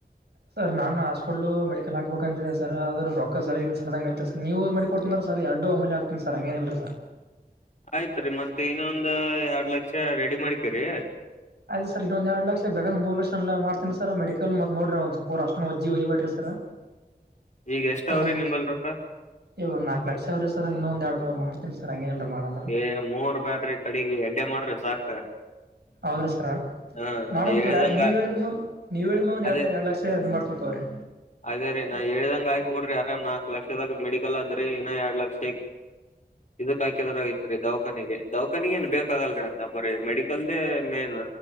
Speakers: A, on the right; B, on the left.
A: ಸರ್ ನಾನು ಹಾಸ್ಪಿಟ್ಲ್ ಮೆಡಿಕಲ್ ಹಾಕ್ಬೇಕು ಅಂತಿದೆ ಸರ್ ಅದ ರೊಕ್ಕಸರಿಯಿಲ್ಲ ಸರ್ ನೀವು ಕೊಡ್ತನ ಸರ್ ಎಡ್ಡು ಒಮ್ಮೆನೇಲಿಗೆ ಹಾಕ್ತಿನಿ ಸರ್ ಹಂಗೇನಲ್ರರಿರ್.
B: ಆಯ್ತ್ ರೀ ಮತ್ತ ಇನ್ನೊ ಒಂದ ಎರಡ್ ಲಕ್ಷ ರೆಡಿ ಮಾಡಿಕೇರಿ.
A: ಆಯ್ತು ಸರ್ ಇನ್ನಂದ ಎರಡ್ ಲಕ್ಷಕ್ ಬೇಕಂದ್ರ ಮೂರ್ ಲಕ್ಷ ಮಾಡ್ತೀನ ಮೆಡಿಕಲ್ ನೋಡ್ರಿ ಒಂದ ಸ್ವಲ್ಪ ಅಷ್ಟ ವಜ್ಜಿ ವಹ್ ಬಿರಿ ಸರ್.
B: ಈಗ ಎಷ್ಟ
A: ಸ
B: ಅವ್ರಿ
A: ಒಂದ್
B: ನಿಂಬಲ್ಲಿ ರೊಕ್ಕ
A: ಈಗ ನಾಲ್ಕ್ ಲಕ್ಷ ಅವ್ರೀ ಸರ್ ಇನ್ನೊಂದ ಎರಡು ಮೂರ್ ಮಾಡತೀನ ಸರ್ ಹಂಗೇನಲ್ರಿ ಮಾಡೋನಾ
B: ಏ ಮೂರ್ ಬ್ಯಾಡ್ರಿ ಕಡೆಗ ಎಡ್ಡೆ ಮಾಡ್ರಿ ಸಾಕ.
A: ಹೌದ್ರ ಸರ
B: ಹ ನಾ
A: ಮಾಡಮ್ತಕೋರಿ
B: ಹೇಳ್ದಂಗ
A: ನೀವ ಹೇಳಿದ್ಮ ನೀವ್ ಹೇಳಿದ್ಮ
B: ಅದೇ
A: ಎರ ಎರಡು ಲಕ್ಷ. ಮಾಡ್ತೀನಿ ತಕೋರಿ.
B: ಅದೇ ರೀ ನಾ ಹೇಳ್ದಂಗ ಆಯಕ್ ಬಿಡ್ರಿ ಅರಾಮ್ ನಾಲ್ಕ್ ಲಕ್ಷದಾಗ ಮೆಡಿಕಲ್ ಅದ್ರಿ ಇನ್ನ ಎರಡ್ ಲಕ್ಷ. ಇದಕ್ ಹಾಕಿದ್ರ ಐತ್ರಿ ದೌವಖಾನಗೆ ದೌಖಾನಗ ಏನ್ ಬೇಕಾಗಲ್ರರಿ ಅಂತ ಬ್ರೀ ಮೆಡಿಕಲ್ದೇ ಮೇನ್.